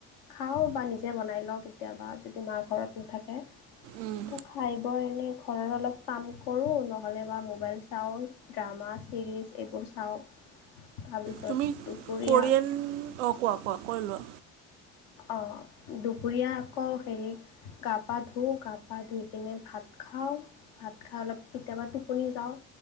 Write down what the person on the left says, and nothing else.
খাও বা নিজে বনাই লও কেতিয়াবা যদি মা ঘৰত নাথাকে
ত খাই বই এনে ঘৰত অলপ কাম কৰো নহ'লে বা মোবাইল চাও। ড্ৰামা চিৰিজ এইবোৰ চাও তাৰপিছত
দুপৰীয়া
অ' দুপৰীয়া আকৌ হেৰি গা পা ধুও, গা পা ধুই কিনে ভাত খাও ভাত খাই অলপ কেতিয়াবা টোপনি যাও